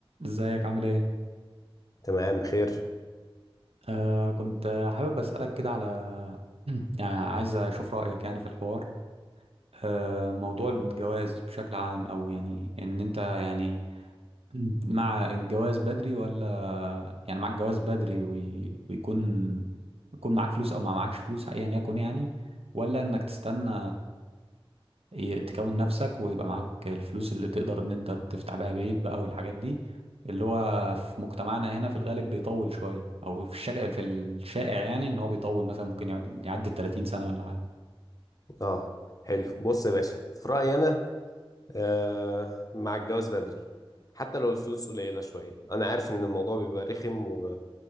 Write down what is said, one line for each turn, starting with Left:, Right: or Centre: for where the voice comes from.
Right: ازيك عامل ايه
Left: تمام بخير
Right: آه كنت آه، حابب اسالك كده على <clears throat> يعني عايز اشوف رايك يعني في الحوار آه موضوع الجواز بشكل عام او يعني ان انت يعني <clears throat> مع الجواز بدري ولا يعني معاك جواز بدري وي- ويكون يكون معاك فلوس او ما معاكش فلوس ايا يكن يعني ولا انك تستنى ي- تكون نفسك ويبقى معاك الفلوس اللي تقدر ان انت تفتح بيها بيت بقى والحاجات دي اللي هو في مجتمعنا هنا في الغالب بيطول شوية او في الشائع في الشائع يعني ان هو بيطول مثلا ممكن يقعد- يعدي 30 سنة ولا حاجة
Left: اه حلو بص يا باشا في رأيي انا آه مع الجواز بدري حتى لو الفلوس قليلة شوية انا عارف ان الموضوع بيبقى رخم و...